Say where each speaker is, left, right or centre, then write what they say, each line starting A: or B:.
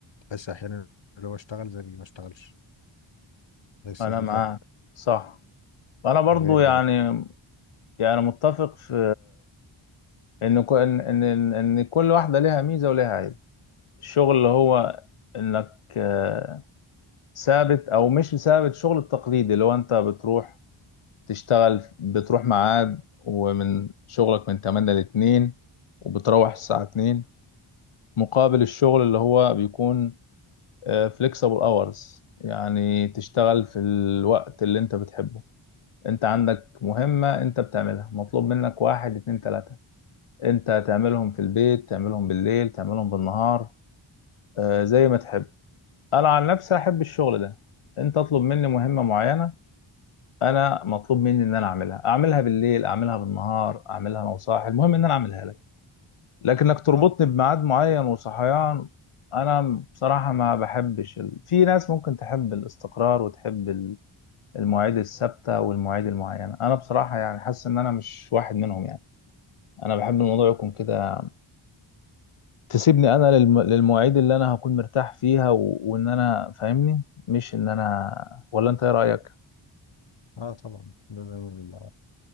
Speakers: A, on the left; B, on the left.
A: تحس أحيانا اللي هو اشتغل زي اللي ما اشتغلش ما يحسش
B: انا
A: بفرق
B: معاك صح انا برضو
A: غير
B: يعني يعني متفق في ان ك- ان ان ان إن كل واحدة ليها ميزة وليها عيب الشغل اللي هو انك آه، ثابت او مش ثابت الشغل التقليدي اللي هو انت بتروح تشتغل بتروح ميعاد ومن شغلك من 8 ل 2 وبتروح الساعة 2 مقابل الشغل اللي هو بيكون فليكسبل اورز يعني تشتغل في الوقت اللي انت بتحبه انت عندك مهمة انت بتعملها مطلوب منك واحد اتنين تلاتة انت تعملهم في البيت تعملهم بالليل تعملهم بالنهار آه، زي ما تحب انا عن نفسي احب الشغل ده انت اطلب مني مهمة معينة انا مطلوب مني ان انا اعملها اعملها بالليل اعملها بالنهار اعملها انا وصاحي المهم ان انا اعملها لك لكنك تربطني
A: اه
B: بميعاد معين وصحيان انا بصراحة ما بحبش ال... في ناس ممكن تحب الاستقرار وتحب ال- المواعيد الثابتة والمواعيد المعينة انا بصراحة يعني حاسس ان انا مش واحد منهم يعني انا بحب الموضوع يكون كده تسيبني انا للم... للمواعيد اللي انا هكون مرتاح فيها و... وان انا فاهمني مش ان انا ولا انت ايه رأيك
A: اه طبعا ده زي ال-